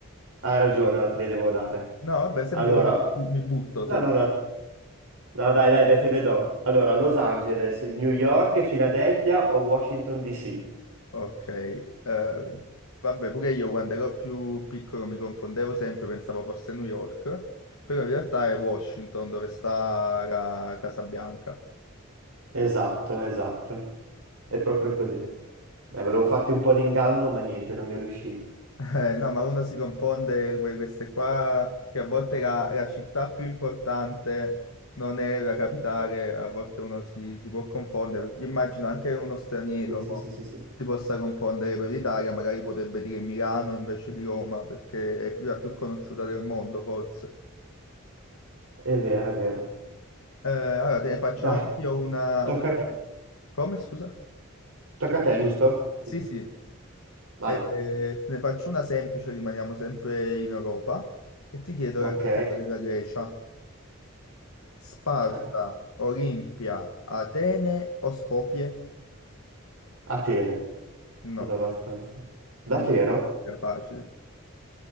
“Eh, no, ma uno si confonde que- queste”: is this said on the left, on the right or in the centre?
Left